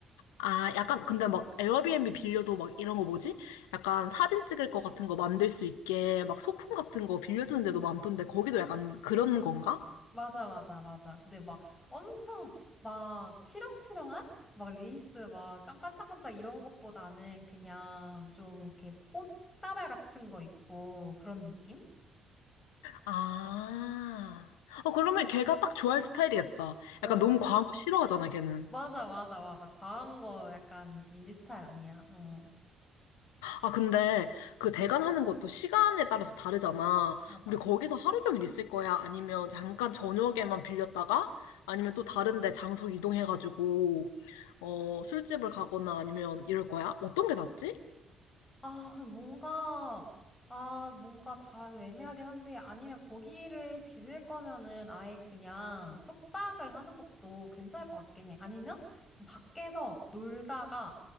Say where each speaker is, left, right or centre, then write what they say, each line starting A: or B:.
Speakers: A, on the left; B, on the left.
A: 아, 약간 근데 막 에어비앤비 빌려도 막 이런 거 뭐지? 약간 사진 찍을 거 같은 거 만들 수 있게 막 소품 같은 거 빌려주는 데도 많던데 거기도 약간 그런 건가?
B: 맞아, 맞아, 맞아. 근데 막 엄청 막 치렁치렁한? 막 레이스 막 깜- 반짝반짝 이런 것보다는 그냥 좀 이렇게 꽃다발 같은 거 있고 그런 느낌?
A: 아. 어, 그러면 걔가 딱 좋아할 스타일이겠다.
B: 어,
A: 약간 너무 과한 거 싫어하잖아, 걔는.
B: 맞아, 맞아, 맞아. 과한 거 약간 그 민지 스타일 아니야. 어,
A: 아, 근데 그 대관하는 것도 시간에 따라서 다르잖아.
B: 맞아.
A: 우리 거기서 하루 종일 있을 거야? 아니면 잠깐 저녁에만 빌렸다가? 아니면 또 다른데 장소 이동해가지고, 어, 술집을 가거나 아니면 이럴 거야? 어떤 게 낫지?
B: 아, 뭔가, 아, 뭔가 잘 애매하긴 한데, 아니면 거기를 빌릴 거면은 아예 그냥 숙박을 하는 것도 괜찮을 것 같긴 해. 아니면 좀 밖에서 놀다가,